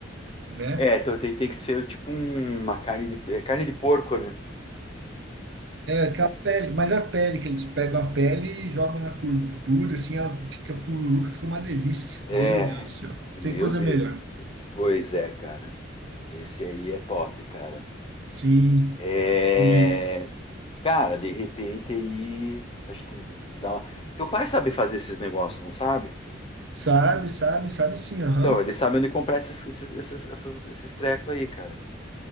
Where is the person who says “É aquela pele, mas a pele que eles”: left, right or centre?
Right